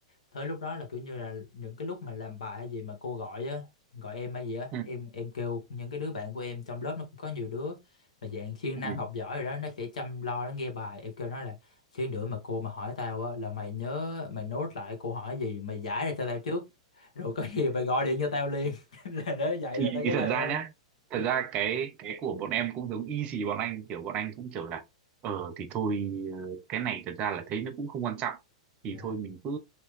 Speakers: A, on the left (about 80°); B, on the right (about 35°).
A: tới lúc đó là kiểu như là những cái lúc mà làm bài hay gì mà cô gọi á gọi em hay gì á
B: ừ
A: em em kêu những cái đứa bạn của em trong lớp nó cũng có nhiều đứa mà dạng siêng
B: ừ
A: năng học giỏi rồi đó nó sẽ chăm lo nó nghe bài em kêu nó là xíu nữa mà cô mà hỏi tao á là mày nhớ mày nốt lại cô hỏi gì mày giải ra cho tao trước rồi có gì mày gọi điện cho tao liền <laughs> là nếu vậy
B: thì,
A: là tao
B: thì
A: trả lời
B: thật ra
A: thôi
B: nhá thật
A: dạ
B: ra cái cái của bọn em cũng giống y xì bọn anh kiểu bọn anh cũng kiểu là ờ thì thôi ờ, cái này thật ra là thấy nó cũng không quan trọng
A: dạ
B: thì thôi mình cứ